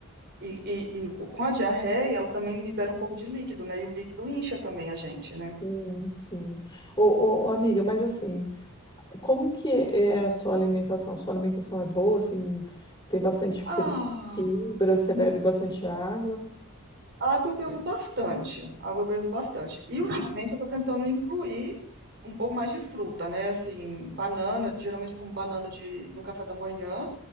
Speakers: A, on the right (about 50°); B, on the left (about 20°).
A: e, e, e com a diarreia, ela também libera um pouco de líquido, né? E o líquido incha também a gente, né?
B: Sim, sim. Ô, ô, ô, amiga, mas assim, Como que é a sua alimentação? Sua alimentação é boa, assim, tem bastante fri-
A: Ah,
B: fibra, você
A: hum,
B: bebe bastante água?
A: água eu bebo bastante. Água eu bebo bastante. E ultimamente eu tô tentando incluir um pouco mais de fruta, né? Assim, banana, geralmente eu como banana de, no café da manhã,